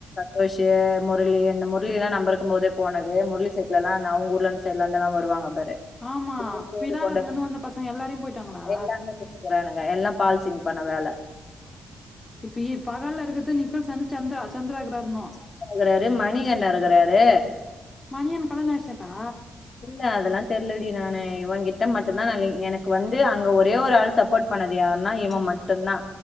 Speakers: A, on the left (about 45°); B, on the left (about 30°).
A: குரேஷீ முரளி இந்த முரளி எல்லா நம்ப இருக்கும் போதே போனது முரளி சைட்ல எல்லா நா அவுங்க ஊர்ல இருந்து சைல்லந்தெல்லா வருவாங்க பாரு
B: ஆமா
A: பேரு பேரு
B: பினாகத்துல
A: கொண்ட
B: இருந்து வந்த பசங்க எல்லாரையும் போயிட்டாங்களா
A: எல்லாமே போறானுங்க எல்லா பால் சிங் பண்ண வேல
B: இப்ப இ பகல்ல இருக்கிறது நிகல்சன்னு சந்திரா சந்திரா கிறாரணு
A: சந்த்ரா இருக்குறாரு மணி அண்ணன் இருக்குறாரு
B: மணியன்னுக்கு கல்யாணம் ஆயிருச்சாக்கா
A: இல்ல அதெல்லா தெர்லடி நானு இவன் கிட்ட மட்டுந்தா நா எனக்கு வந்து அங்க ஒரே ஒரு ஆள் சப்போர்ட் பண்ணது யாருன்னா இவன் மட்டும்தா